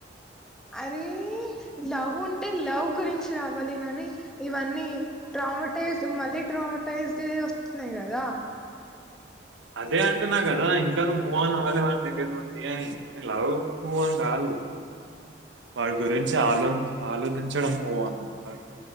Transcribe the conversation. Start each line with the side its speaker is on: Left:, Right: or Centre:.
Centre: అరే లవ్ ఉంటే లవ్ గురించి రావాలి గానీ ఇవన్నీ ట్రామటైజ్ మళ్ళీ ట్రామటైజ్డ్ వస్తున్నాయి కదా
Right: అదే అంటున్న కదా ఇంకా నువ్వు మూ ఆన్ అవ్వాలి వాడి దగ్గర నుండి అని నేను లవ్ మూఆన్ గాదు వాడి గురించి ఆలో ఆలోచించడం మూ ఆన్ అలా